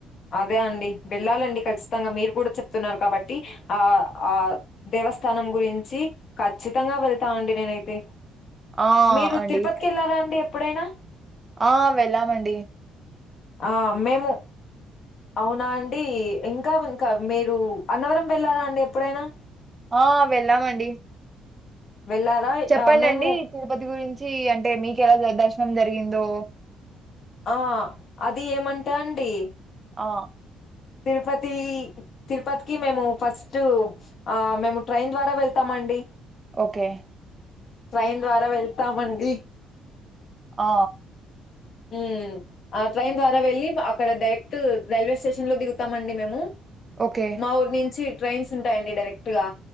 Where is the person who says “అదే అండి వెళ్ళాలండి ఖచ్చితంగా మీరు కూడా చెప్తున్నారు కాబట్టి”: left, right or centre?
Left